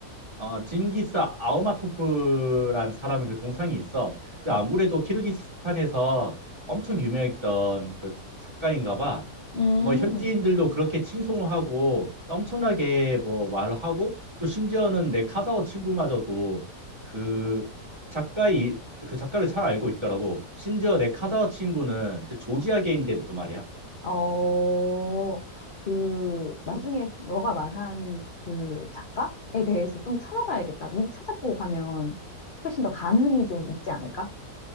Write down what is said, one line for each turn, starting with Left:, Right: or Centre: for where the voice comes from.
Right: 어, 징기스 아우마토프라는 사람의 그 동상이 있어. 근데
Left: 음,
Right: 아무래도 키르기스탄에서 엄청 유명했던 그 작가인가 봐.
Left: 음,
Right: 뭐 현지인들도 그렇게 칭송을 하고 엄청나게 뭐 말을 하고 또 심지어는 내 카자흐 친구마저도 그 작가이 그 작가를 잘 알고 있더라고. 심지어 내 카자흐 친구는 그 조지아계인데도 말이야.
Left: 어, 그, 나중에 너가 말한 그 작가에 대해서 좀 찾아봐야겠다. 미리 찾아보고 가면 훨씬 더 감흥이 좀 있지 않을까?